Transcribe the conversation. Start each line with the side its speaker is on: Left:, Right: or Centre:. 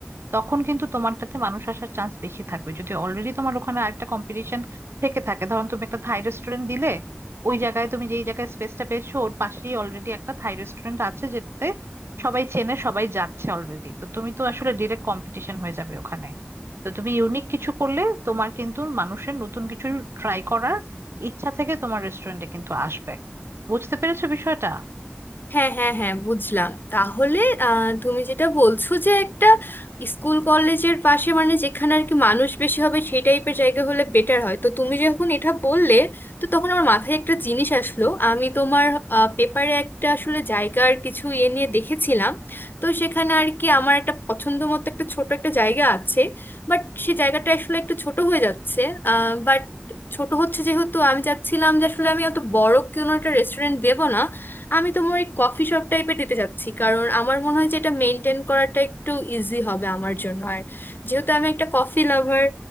Right: তখন কিন্তু তোমারটাতে মানুষ আসার চান্স বেশি থাকবে যদি অলরেডি তোমার ওখানে আরেকটা কম্পিটিশন থেকে থাকে ধরুন তুমি একটা থাই রেস্টুরেন্ট দিলে ওই জায়গায় তুমি যেই জায়গায় স্পেসটা পেয়েছো ওর পাশেই অলরেডি একটা থাই রেস্টুরেন্ট আছে যেটাতে সবাই চেনে সবাই যাচ্ছে অলরেডি তো তুমি তো আসলে ডিরেক্ট কম্পিটিশন হয়ে যাবে ওখানে তো তুমি ইউনিক কিছু করলে তোমার কিন্তু মানুষের নতুন কিছু ট্রাই করার ইচ্ছা থেকে তোমার রেস্টুরেন্টে কিন্তু আসবে বুঝতে পেরেছো বিষয়টা
Left: হ্যাঁ হ্যাঁ হ্যাঁ বুঝলাম তাহলে আহ, তুমি যেটা বলছো যে একটা স্কুল কলেজের পাশে মানে যেখানে আর কি মানুষ বেশি হবে সেই টাইপের জায়গা হলে বেটার হয় তো তুমি যখন এটা বললে তো তখন আমার মাথায় একটা জিনিস আসলো আমি তোমার পেপারে একটা আসলে জায়গার কিছু ইয়ে নিয়ে দেখেছিলাম তো সেখানে আর কি আমার একটা পছন্দ মতো একটা ছোট একটা জায়গা আছে বাট সে জায়গাটা আসলে একটু ছোট হয়ে যাচ্ছে বাট ছোট হচ্ছে যেহেতু আমি চাচ্ছিলাম যে আসলে আমি অত বড় কোনো একটা রেস্টুরেন্ট দেবো না আমি তোমার ওই কফি শপ টাইপের দিতে চাচ্ছি কারণ আমার মনে হয় যে এটা মেনটেন করাটা একটু ইজি হবে আমার জন্য আর যেহেতু আমি একটা কফি লাভার